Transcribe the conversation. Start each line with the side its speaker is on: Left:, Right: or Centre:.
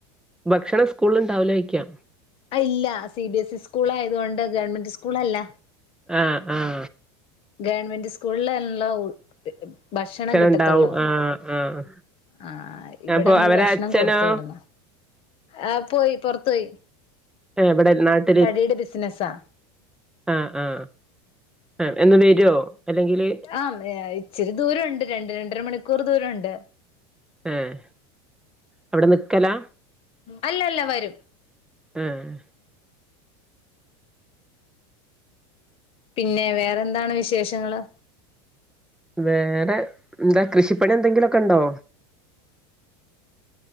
Centre: ഭക്ഷണം സ്കൂളില് ഉണ്ടാവൂല്ലേ കഴിക്ക.
Left: അയ്ല്ല C B S E school ആയതുകൊണ്ട് ഗവൺമെന്റ് സ്കൂളല്ല.
Centre: ആഹ് ആഹ്
Left: ഗവൺമെന്റ് സ്കൂളിലാണല്ലോ ഭക്ഷണം കിട്ടത്തൊള്ളൂ.
Centre: ഉണ്ടാവും ആഹ് ആഹ്
Left: ആഹ് ആഹ് ഇവിടെ
Centre: അപ്പൊ
Left: നമ്മള്
Centre: അവരെ
Left: ഭക്ഷണം
Centre: അച്ഛനോ
Left: കൊടുത്ത് വിടണം ആഹ് പോയി പുറത്ത് പോയി.
Centre: <unintelligible>
Left: തടീടെ ബിസിനസ്സാ.
Centre: ആഹ് ആഹ് ആഹ് എന്ന് വെരുവോ അല്ലെങ്കില്
Left: ആഹ് <unintelligible> ഇച്ചിരി ദൂരം ഉണ്ട് രണ്ട് രണ്ടര മണിക്കൂറ് ദൂരണ്ട്.
Centre: ഏഹ് അവിടെ നിക്കലാ
Left: അല്ലല്ല വരും.
Centre: ആഹ്
Left: പിന്നെ വേറെന്താണ് വിശേഷങ്ങള്?
Centre: വേറെ എന്താ കൃഷിപ്പണി എന്തെങ്കിലുമൊക്കെ ഉണ്ടോ?